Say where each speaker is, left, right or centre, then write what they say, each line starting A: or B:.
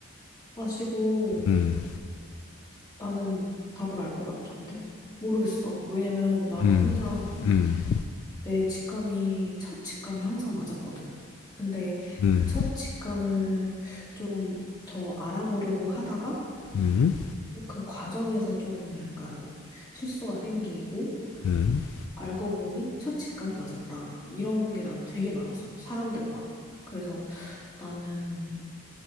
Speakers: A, on the left; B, on the left.
A: 마시고
B: 음,
A: 나는 답을 알 것 같은데 모르겠어. 왜냐면 나는
B: 음,
A: 항상
B: 음,
A: 내 직감이 첫 직감이 항상 맞았거든. 근데
B: 음,
A: 그 첫 직감을 좀 더 알아보려고 하다가
B: 음, 음,
A: 어, 그 과정에서 좀 약간 실수가 생기고
B: 음, 음,
A: 알고 보니 첫 직감이 맞았다. 이런 게 난 되게 많았어. 사람들과. 그래서 나는